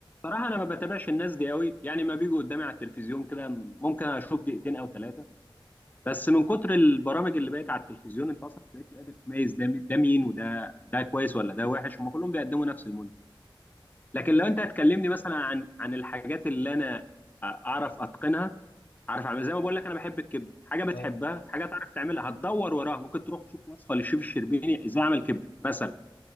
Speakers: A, on the left; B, on the left.
A: صراحه انا ما بتابعش الناس دي قوي يعني ما بيجوا قدامي على التلفزيون كده ممكن اشوف دقيقتين او ثلاثه بس من كتر البرامج اللي بقت على التلفزيون انت اصلا بقيت قادر تميز ده مي- ده مين وده ده كويس ولا ده وحش هم كلهم بيقدموا نفس المنتج لكن لو
B: دي ح-
A: انت هتكلمني مثلا عن عن الحاجات اللي انا اعرف اتقنها اعرف اعمل زي ما بقول لك انا بحب الكبده حاجه بتحبها
B: اه
A: في حاجه تعرف تعملها هتدور وراها ممكن تروح تشوف وصفه للشيف الشربيني ازاي اعمل كبده مثلا